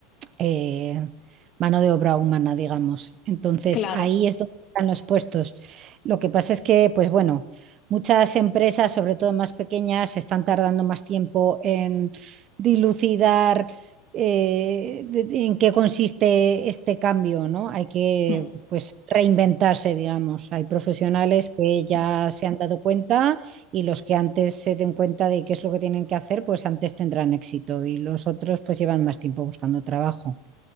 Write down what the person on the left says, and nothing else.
Claro.
Mm.
mm.